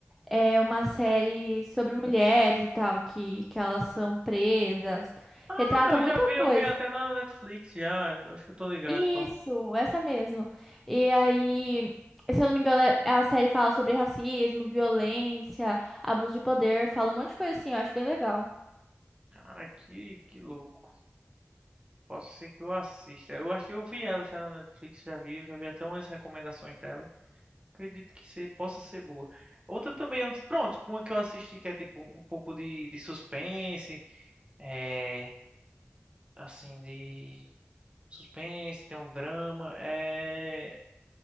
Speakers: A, in the centre; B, on the right.
A: é uma série sobre mulheres e tal, que, que elas são presas,
B: Ah,
A: retrata
B: eu
A: muita
B: já vi,
A: coisa.
B: eu vi até na Netflix já. Eu acho que eu tô ligado
A: Isso,
B: qual.
A: essa mesmo. E aí, se eu não me engano, é- a série fala sobre racismo, violência, abuso de poder, fala um monte de coisa assim, eu acho bem legal.
B: Cara, que, que louco. Posso ser que eu assista. Eu acho que eu vi ela já na Netflix, já vi, eu já vi até umas recomendações dela. Acredito que se, possa ser boa. Outra também, eu não- pronto, uma que eu assisti que é tipo um pouco de, de suspense, é assim, de. Suspense, tem um drama. É.